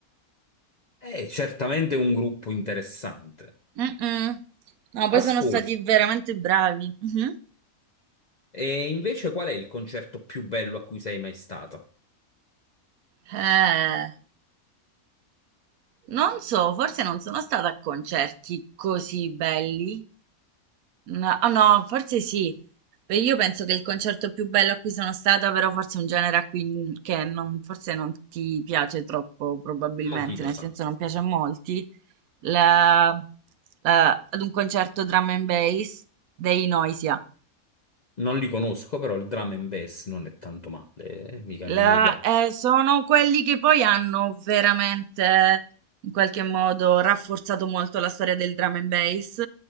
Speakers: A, on the left (about 50°); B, on the right (about 80°).
A: È certamente un gruppo interessante.
B: Mm-mm. No, poi
A: Ascolta,
B: sono stati veramente bravi. Mhm.
A: e invece qual è il concerto più bello a cui sei mai stata?
B: Eh, non so, forse non sono stata a concerti così belli. No, ah, no, forse sì. Beh, Io penso che il concerto più bello a cui sono stata, però forse è un genere a cui che non- forse non ti piace troppo, probabilmente,
A: Ma chi lo
B: nel
A: sa?
B: senso non piace a molti, la- la- ad un concerto drum and bass dei Noisia.
A: Non li conosco, però il drum and bass non è tanto male, eh, mica non
B: La-
A: mi piace.
B: eh, sono quelli che poi hanno veramente in qualche modo rafforzato molto la storia del drum and bass.